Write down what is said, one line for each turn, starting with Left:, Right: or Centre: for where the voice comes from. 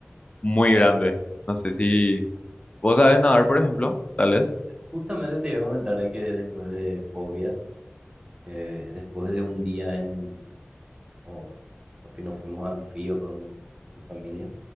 Left: muy grande. No sé si vos sabes nadar, por ejemplo, tal vez.
Right: Justamente te iba a comentar de que después de Fobias, eh, después de un día en o- o que nos fuimos al río con, con mi familia,